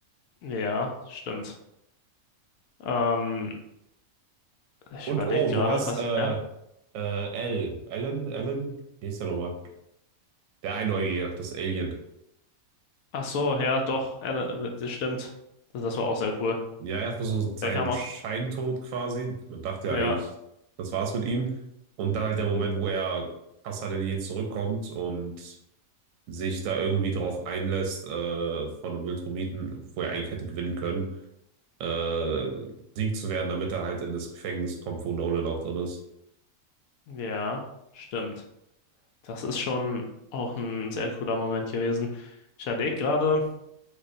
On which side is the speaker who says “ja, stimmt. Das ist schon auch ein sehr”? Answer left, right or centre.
Left